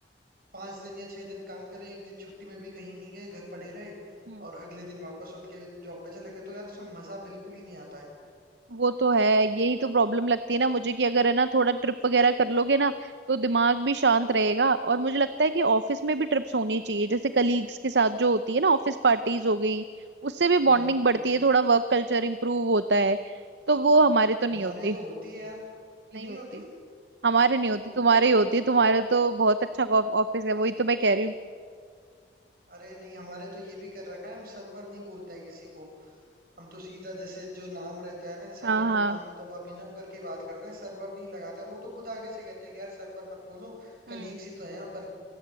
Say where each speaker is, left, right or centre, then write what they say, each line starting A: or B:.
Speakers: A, on the right (about 55°); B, on the right (about 75°).
A: पांच दिन या छह दिन काम करें एक दिन छुट्टी में भी कहीं नहीं गए घर पड़े रहे
B: हम्म
A: और अगले दिन वापस उठ के जॉब पे चले गए तो यार उसमें मजा बिल्कुल ही नहीं आता है
B: वो तो है यही तो प्रॉब्लम लगती है ना मुझे कि अगर है ना थोड़ा ट्रिप वगैरह कर लोगे ना तो दिमाग भी शांत रहेगा और मुझे लगता है कि ऑफिस में भी ट्रिप्स होनी चाहिए जैसे कलीग्स के साथ जो होती है ना ऑफिस पार्टीज हो गई उससे भी
A: हम्म
B: बॉन्डिंग बढ़ती है थोड़ा वर्क कल्चर इंप्रूव होता है तो वो हमारे तो नहीं
A: हमारे
B: होती
A: तो होती है यार कि
B: नहीं
A: नहीं
B: होती
A: होती
B: हमारे नहीं होती
A: ओ
B: तुम्हारे
A: हो हो
B: ही होती
A: हो
B: तुम्हारे तो बहुत अच्छा ऑफिस है वही तो मैं कह रही हूँ
A: अरे नहीं हमारे तो ये भी कर रखा है हम सर्वर नहीं बोलते हैं किसी को हम तो सीधा जैसे जो नाम रहता है ना जैसे
B: हाँ
A: अभिनव
B: हाँ
A: नाम है तो हम अभिनव करके ही बात करते हैं सर्वर नहीं लगाते और वो तो खुद आगे से कहते हैं कि यार सर्वर मत बोलो कलीग्स
B: हम्म
A: ही तो हैं अपन